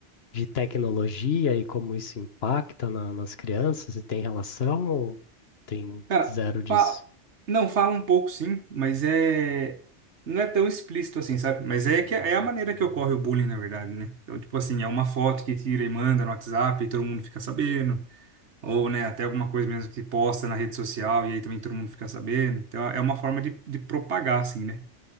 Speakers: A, on the left (about 60°); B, on the right (about 70°).
A: de tecnologia e como isso impacta na- nas crianças, e tem relação ou tem
B: Cara,
A: zero disso?
B: fa- não fala um pouco sim, mas é não é tão explícito assim, sabe? Mas é que é a maneira que ocorre o bullying, na verdade, né? Então, tipo assim, é uma foto que tira e manda no WhatsApp e todo mundo fica sabendo, ou, né, até alguma coisa mesmo que posta na rede social e aí também todo mundo fica sabendo. Então, é uma forma de, de propagar assim, né?